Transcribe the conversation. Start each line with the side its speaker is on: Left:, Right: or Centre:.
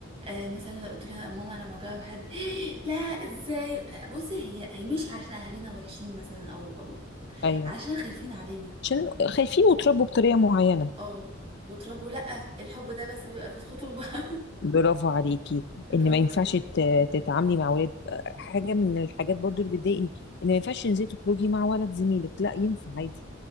Right: آه مثلا لو قلت لها ماما انا معجبه بحد <gasps> لا ازاي بصي هي هي مش عشان اهالينا وحشين مثلا او او
Left: ايوه
Right: عشان خايفين علينا
Left: عشان خايفين وتربوا بطريقة معينة
Right: اه وتربوا لا الحب ده بس بيبقى في الخطوبه <laughs>
Left: برافو عليكي
Right: اتربوا
Left: ان ما ينفعش
Right: كده
Left: ت- تتعاملي مع ولاد حاجة من الحاجات برضو اللي بتضايقني ان ما ينفعش تنزلي تخرجي مع ولد زميلك لا ينفع عادي